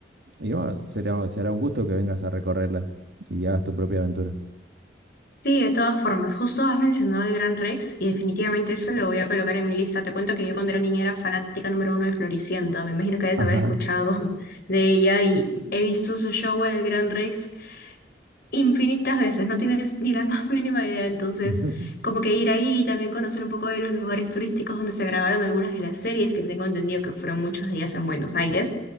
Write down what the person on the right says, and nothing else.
y bueno, será, será un gusto que vengas a recorrerla y hagas tu propia aventura.
Ajá.
<laughs>